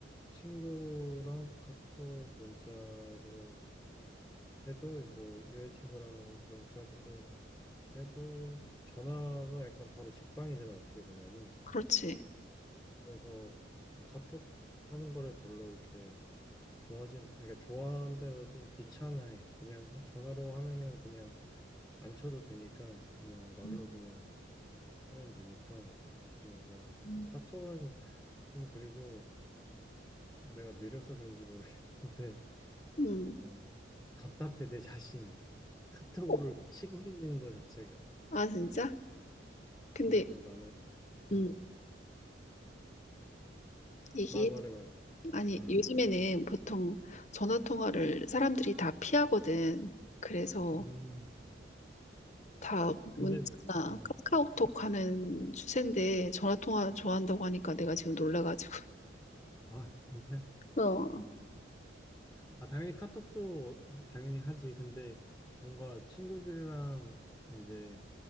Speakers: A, in the centre; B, on the left.
A: 친구랑 카톡 문자를 해도 뭐 여자친구랑 문자를 해도 전화가 약간 바로 직방이잖아 어떻게 보면은.
B: 그렇지.
A: 그래서 막 카톡 하는 거를 별로 이렇게 좋아진 그러니까 좋아한다고 좀 귀찮아해. 그냥 하- 전화로 하면은 그냥 안 쳐도 되니까 그냥 말로
B: 음,
A: 그냥 하면 되니까 뭔가.
B: 음.
A: 카톡은 좀 그리고 내가 느려서 그런지 모르겠는데 <laughs>
B: 음.
A: 어, 답답해 내 자신이 카톡으로
B: 어,
A: 치고 있는 거 자체가
B: 아, 진짜? 근데
A: 그래서 나는 음,
B: 음. 이게
A: 말 말해 말해
B: 아니
A: 음,
B: 요즘에는 보통 전화 통화를 사람들이 다 피하거든. 그래서
A: 음
B: 다
A: 근데
B: 문자나
A: 어,
B: 카카오톡 하는 추세인데 전화 통화 좋아한다고 하니까 내가 지금 놀라가지고
A: 아 진짜
B: 어,
A: 어, 아 당연히 카톡도 하- 당연히 하지 근데 뭔가 친구들이랑 이제